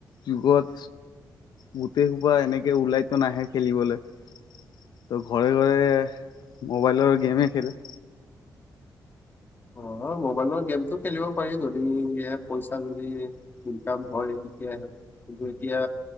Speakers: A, on the left; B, on the left.
A: যুগত গোটেই সোপা এনেকে ওলাইতো নাহে খেলিবলৈ ত ঘৰে ঘৰে মোবাইলৰ গেমে খেলে
B: অ মোবাইলৰ গেমটো খেলিব পাৰি যদি ইনে পইচা যদি ইনকাম হয় তেতিয়াহে কিন্তু এতিয়া